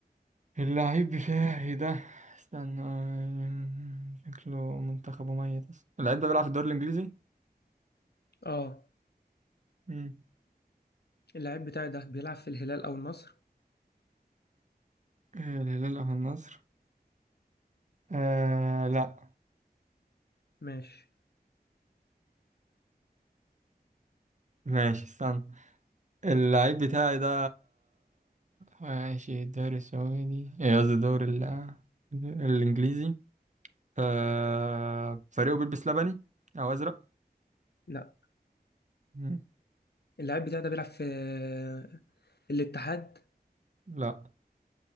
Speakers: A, on the right; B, on the left.
A: اللعيب بتاعي ده استنى آه، شكله منتخبه ميت اصلا اللعيب ده بيلعب في الدوري الانجليزي
B: اه
A: مم.
B: اللعيب بتاعي ده بيلعب في الهلال او النصر
A: آه، الهلال او النصر آه... لا
B: ماشي
A: ماشي استنى اللعيب بتاعي ده ماشي الدوري السعودي إيه قصدي الدوري ال- الإنجليزي آه، فريقه بيلبس لبني أو أزرق
B: لا
A: مم.
B: اللعيب بتاعي ده بيلعب في آه، الاتحاد
A: لا